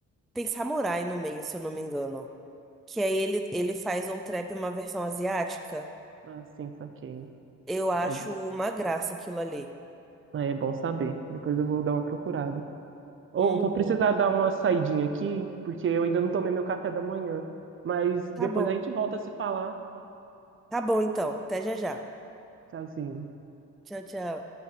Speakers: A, in the centre; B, on the right.
A: Tem samurai no meio, se eu não me engano. Que aí ele, ele faz um trap, uma versão asiática.
B: Ah, sim, saquei.
A: Eu acho
B: É,
A: uma graça aquilo ali.
B: aí é bom saber, depois eu vou dar uma procurada. Ou
A: Uhum.
B: vou precisar dar uma saidinha aqui, porque eu ainda não tomei meu café da manhã, mas depois
A: Tá bom.
B: a gente volta a se falar,
A: Tá bom, então. Até já já.
B: Tchauzinho.
A: Tchau, tchau.